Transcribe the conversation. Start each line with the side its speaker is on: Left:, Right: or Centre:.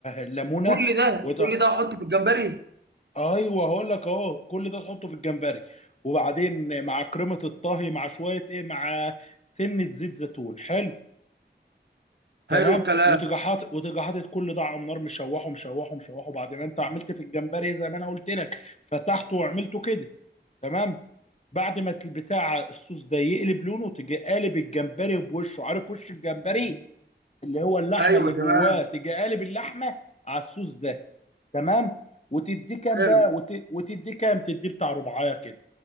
Left: ليمونة
Right: كل ده
Left: وتع...
Right: كل ده احطه في الجمبري
Left: أيوه هقول لك أهو كل ده تحطه في الجمبري وبعدين مع كريمة الطهي مع شوية إيه مع سنة زيت زيتون حلو تمام
Right: حلو الكلام
Left: وتيجي حاطط وتيجي حاطط كل ده على النار مشوحه مشوحه مشوحه بعد ما انت عملت في الجمبري زي ما انا قلت لك فتحته وعملته كده تمام بعد ما البتاع الصوص ده يقلب لونه تيجي قالب الجمبري بوشه عارف وش الجمبري اللي هو اللحمه
Right: ايوه
Left: اللي جواه
Right: تمام
Left: تيجي قالب اللحمه على الصوص ده تمام وتديه كام
Right: حلو
Left: بقى وت... وتديه كام تديه بتاع ربعايه كده